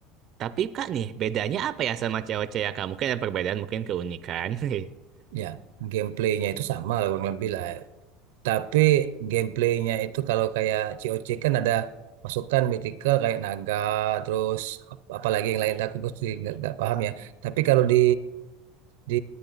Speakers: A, on the right (about 40°); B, on the right (about 85°).
A: Tapi Kak nih, bedanya apa ya sama cewek-cewek ya, Kak? Mungkin ada perbedaan, mungkin keunikan. <laughs>
B: Ya, gameplaynya itu sama lah kurang lebih lah. Tapi gameplaynya itu kalau kayak C O C kan ada masukan mythical kayak naga, terus ap- apalagi yang lain aku gue sih nggak nggak paham ya. Tapi kalau di di